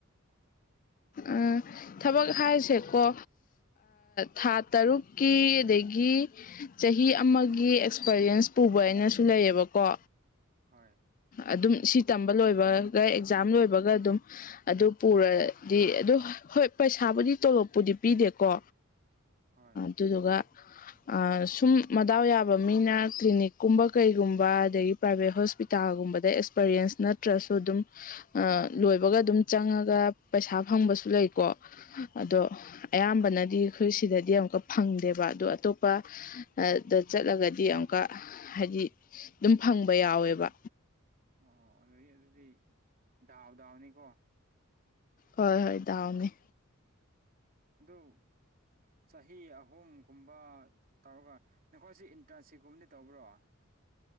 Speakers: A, on the left (about 40°); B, on the right (about 45°).
A: ꯎꯝ ꯊꯕꯛ ꯍꯥꯏꯁꯦꯀꯣ ꯊꯥ ꯇꯔꯨꯛꯀꯤ ꯑꯗꯒꯤ ꯆꯍꯤ ꯑꯃꯒꯤ ꯑꯦꯛꯁꯄꯔꯤꯌꯦꯟꯁ ꯄꯨꯕ ꯍꯥꯏꯅꯁꯨ ꯂꯩꯑꯕꯀꯣ
B: ꯍꯣꯏ
A: ꯑꯗꯨꯝ ꯁꯤ ꯇꯝꯕ ꯂꯣꯏꯕꯒ ꯑꯦꯛꯖꯥꯝ ꯂꯣꯏꯕꯒ ꯑꯗꯨꯝ ꯑꯗꯨ ꯄꯨꯔꯗꯤ ꯑꯗꯨ ꯍꯣꯏ ꯄꯩꯁꯥꯕꯨꯗꯤ ꯇꯣꯂꯣꯞꯄꯨꯗꯤ ꯄꯤꯗꯦꯀꯣ
B: ꯍꯣꯏ
A: ꯑꯗꯨꯗꯨꯒ ꯁꯨꯝ ꯃꯗꯥꯎ ꯌꯥꯕ ꯃꯤꯅ ꯀ꯭ꯂꯤꯅꯤꯛꯀꯨꯝꯕ ꯀꯩꯒꯨꯝꯕ ꯑꯗꯒꯤ ꯄ꯭ꯔꯥꯏꯚꯦꯠ ꯍꯣꯁꯄꯤꯇꯥꯜꯒꯨꯝꯕꯗ ꯑꯦꯛꯁꯄꯔꯤꯌꯦꯟꯁ ꯅꯠꯇ꯭ꯔꯁꯨ ꯑꯗꯨꯝ ꯂꯣꯏꯕꯒ ꯑꯗꯨꯝ ꯆꯪꯉꯒ ꯄꯩꯁꯥ ꯐꯪꯕꯁꯨ ꯂꯩꯀꯣ ꯑꯗꯣ ꯑꯌꯥꯝꯕꯅꯗꯤ ꯑꯩꯈꯣꯏ ꯁꯤꯗꯗꯤ ꯑꯃꯨꯛꯀ ꯐꯪꯗꯦꯕ ꯑꯗꯣ ꯑꯇꯣꯞꯄ ꯑꯗ ꯆꯠꯂꯒꯗꯤ ꯑꯃꯨꯛꯀ ꯍꯥꯏꯗꯤ ꯑꯗꯨꯝ ꯐꯪꯕ ꯌꯥꯎꯋꯦꯕ
B: ꯑꯣ ꯑꯗꯩꯒꯤ ꯑꯗꯨꯗꯤ ꯗꯥꯎ ꯗꯥꯎꯅꯤꯀꯣ
A: ꯍꯣꯏ ꯍꯣꯏ ꯗꯥꯎꯅꯦ
B: ꯑꯗꯣ ꯆꯍꯤ ꯑꯍꯨꯝꯒꯨꯝꯕ ꯇꯧꯔꯒ ꯅꯈꯣꯏꯁꯤ ꯏꯟꯇ꯭ꯔꯥꯟꯁꯤꯞꯀꯨꯝꯕꯗꯤ ꯇꯧꯕ꯭ꯔꯣ